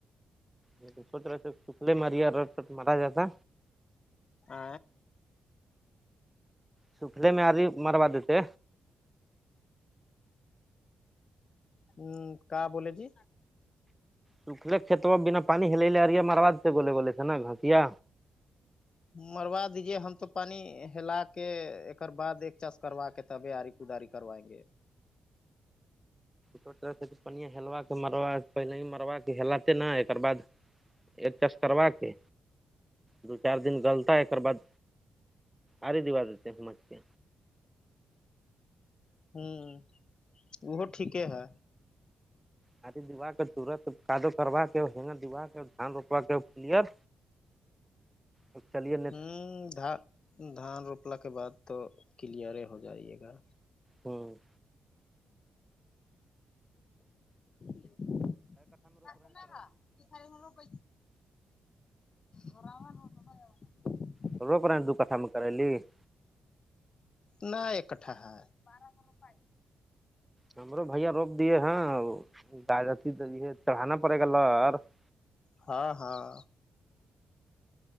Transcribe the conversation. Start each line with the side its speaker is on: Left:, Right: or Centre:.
Centre: ر چکلے ماریا ر ر مرا جاتا
Left: آ
Centre: سکھلے میں آدی مروا دیتے
Left: ہ کہ بولے جی
Centre: سکھلے کت میں بنا پانی ہل لے ارییا مرا دیتے گولےولے تھ نا گھٹیا
Left: مروا دیجیے ہم تو پانی ہلا کے ایکر بع ایک چاس کروا کے تب آاری کداری کروائیں گے
Centre: ک طرح سے پنیا ہلا مروا پہل ہی مروا کے ہلاتے نہ ایکر باد ایک چش کروا کے دو چار دن گلتا ہے بعد آاری دیوا دیتے سمجھ کے
Left: ہوں وہ ٹھیک ہے
Centre: ہاتھی دیوا کے تورت کاادو کروا کے ہگا دیوا کے دھان روپوا کے پر ا چلے
Left: ہ دھ دھان روپلا کے بعد تو کلیئر ہو جائیے گا
Centre: ہوں
Left: سسناا <unintelligible> خ م لو پ گراو ہو پ <unintelligible>
Centre: تھوڑ پر دو کٹھا میں کر لی <unintelligible>
Left: ن ایکٹھا ہے <unintelligible> بارہ سو روپی
Centre: ہمرو بھیا روک دیے ہیں گتی چڑھانا پڑے گا لر <unintelligible>
Left: ہاں ہاں